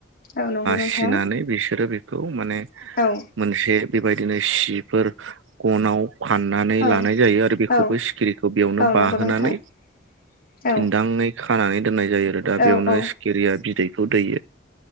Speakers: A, on the left; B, on the right.
A: औ नंगौ नोंथां
B: सिनानै बिसोरो बेखौ माने
A: औ
B: मोनसे बेबायदि बिदिनो सिफोर गनाव फाननानै लानाय
A: औ
B: जायो आरो बेखौबो
A: औ
B: सिखिरिखौ बेयावनो
A: औ नंगौ
B: बाहोनानै
A: नोंथां औ
B: दिन्दाङै खानानै दोननाय जायो आरो दा
A: औ
B: बेयावनो
A: औ
B: सिखिरिया बिदैखौ दैयो।